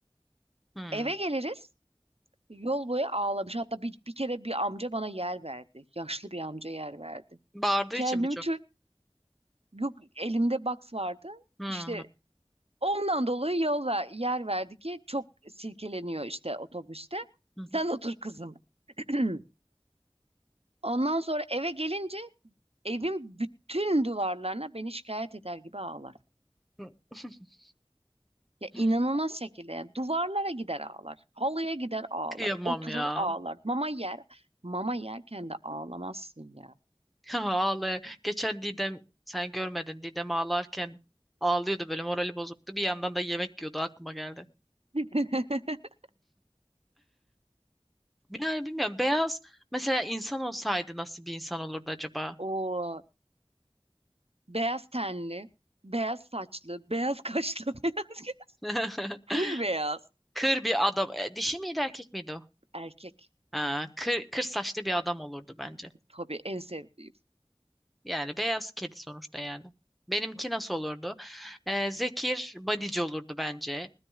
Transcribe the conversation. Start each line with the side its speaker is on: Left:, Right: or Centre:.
Centre: hı.
Right: Eve geliriz. Yol boyu ağlamış. Hatta bir, bir kere bir amca bana yer verdi. Yaşlı bir amca yer verdi.
Centre: Bağırdığı
Right: Kendimi
Centre: için birçok.
Right: çok yok elimde box vardı.
Centre: Hı
Right: İşte
Centre: hı,
Right: ondan dolayı yol ver, yer verdi ki çok silkeleniyor işte otobüste.
Centre: hı hı,
Right: Sen otur kızım. <clears throat> Ondan sonra eve gelince evin bütün duvarlarına beni şikayet eder gibi ağlar.
Centre: <laughs>
Right: Ya
Centre: hı.
Right: inanılmaz şekilde yani duvarlara gider ağlar. Halıya gider ağlar.
Centre: Kıyamam
Right: Oturur
Centre: ya.
Right: ağlar. Mama yer. Mama yerken de ağlamazsın ya.
Centre: <laughs> Ağlaya. Geçen Didem sen görmedin. Didem ağlarken ağlıyordu böyle morali bozuktu. Bir yandan da yemek yiyordu aklıma geldi.
Right: <laughs>
Centre: Yani bilmiyorum. Beyaz mesela insan olsaydı nasıl bir insan olurdu acaba?
Right: O beyaz tenli, beyaz saçlı, beyaz kaşlı, <laughs> beyaz göz-
Centre: <laughs>
Right: full beyaz
Centre: Kır bir adam. e, dişi miydi erkek miydi o?
Right: erkek.
Centre: Ha, kır, kır saçlı bir adam olurdu bence.
Right: Tabii en sevdiğim.
Centre: Yani beyaz kedi sonuçta yani. Benimki nasıl olurdu? Ee, Zekir bodyci olurdu bence.